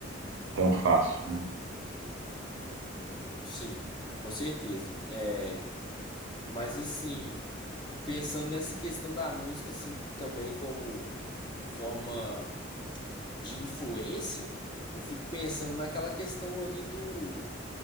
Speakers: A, on the right; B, on the left.
A: tão fácil. né?
B: Sim, com certeza. É, mas assim, pensando nessa questão da música assim também como forma de influência, eu fico pensando naquela questão ali do